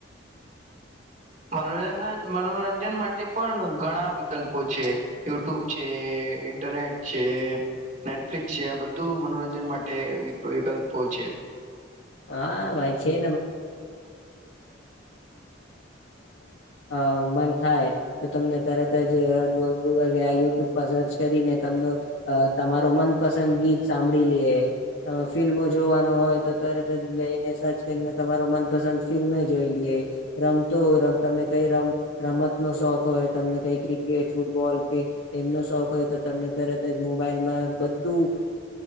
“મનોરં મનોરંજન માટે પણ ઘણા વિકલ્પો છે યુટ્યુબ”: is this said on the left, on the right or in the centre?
Right